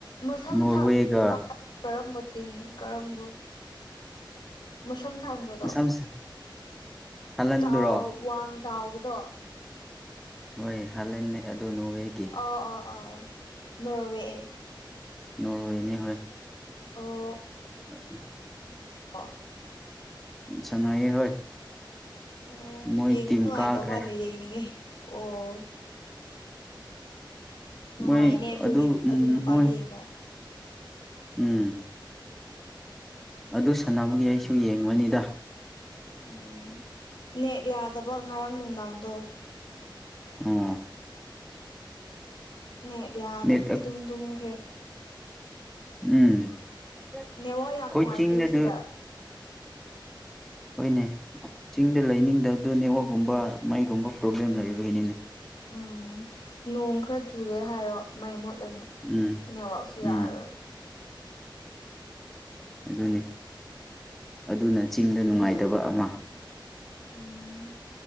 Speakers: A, on the left; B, in the centre.
A: ꯃꯁꯝ
B: ꯅꯣꯔꯋꯦꯒ
A: ꯁꯥꯡꯕ ꯅꯨꯄꯥ ꯀꯔꯝꯕ ꯇꯤꯝ ꯀꯔꯝꯕ ꯃꯁꯝ ꯊꯥꯡꯕꯗꯣ
B: ꯃꯁꯥ ꯃꯁꯥ ꯍꯥꯜꯍꯟꯗꯨꯔꯣ
A: ꯆꯥꯎ ꯋꯥꯡ ꯆꯥꯎꯕꯗꯣ
B: ꯍꯣꯏ ꯍꯥꯂꯥꯟꯗꯅꯦ ꯑꯗꯨꯅ ꯑꯣꯏ <inaudible>
A: ꯑꯣ ꯑꯣ ꯑꯣ ꯅꯣꯔꯋꯦ
B: ꯅꯣꯔꯋꯦꯅꯤ ꯍꯣꯏ
A: ꯑꯣ
B: <unintelligible>
A: ꯑꯥ
B: ꯁꯥꯟꯅꯩꯌꯦ ꯍꯣꯏ
A: ꯑꯣ
B: ꯃꯣꯏ
A: ꯌꯦꯡꯕ
B: ꯇꯤꯝ
A: ꯅꯨꯡꯉꯥꯏꯗꯧ
B: ꯀꯥꯈ꯭ꯔꯦ
A: ꯃꯥꯜꯂꯦ ꯌꯦꯡꯅꯤꯡꯉꯦ ꯑꯣ ꯅꯨꯡꯉꯥꯏꯅꯦ
B: ꯃꯣꯏ
A: ꯑꯗꯨꯒꯤ
B: ꯎꯝ
A: ꯑꯗꯨ ꯅꯨꯄꯥꯒꯤ
B: ꯃꯣꯏ
A: ꯌꯦꯡꯕ
B: ꯎꯝ ꯑꯗꯨ ꯁꯥꯟꯅꯕꯒꯤ ꯑꯩꯁꯨ ꯌꯦꯡꯕꯅꯤꯗ
A: ꯎꯝ ꯅꯦꯠ ꯌꯥꯗꯕ ꯉꯔꯥꯡ ꯅꯨꯡꯗꯥꯡꯗꯣ
B: ꯎꯝ
A: ꯅꯦꯠ ꯌꯥꯗꯕꯒꯤ
B: ꯅꯦꯠ
A: ꯑꯗꯨꯝ ꯇꯨꯝꯈ꯭ꯔꯦ
B: ꯎꯝ ꯑꯩꯈꯣꯏ
A: ꯅꯦꯠꯋꯥꯛ ꯌꯥꯝ ꯅꯨꯡꯉꯥꯏꯇꯦ
B: ꯆꯤꯡꯗꯁꯨ
A: ꯁꯤꯗ
B: ꯍꯣꯏꯅꯦ ꯆꯤꯡꯗ ꯂꯩꯅꯤꯡꯗꯕꯗꯨ ꯅꯦꯠꯋꯥꯛꯒꯨꯝꯕ ꯃꯩꯒꯨꯝꯕ ꯄ꯭ꯔꯣꯕ꯭ꯂꯦꯝ
A: ꯎꯝ
B: ꯂꯩꯕꯩꯅꯤꯅꯦ
A: ꯎꯝ ꯅꯣꯡ ꯈꯔ ꯆꯨꯔꯦ ꯍꯥꯏꯔꯣ ꯃꯩ ꯃꯨꯠꯂꯅꯤ
B: ꯎꯝ
A: ꯅꯦꯠꯋꯥꯛꯁꯨ
B: ꯎꯝ
A: ꯌꯥꯔꯔꯣꯏ
B: ꯑꯗꯨꯅꯤ ꯑꯗꯨꯅ ꯆꯤꯡꯗ ꯅꯨꯡꯉꯥꯏꯇꯕ ꯑꯃ
A: ꯎꯝ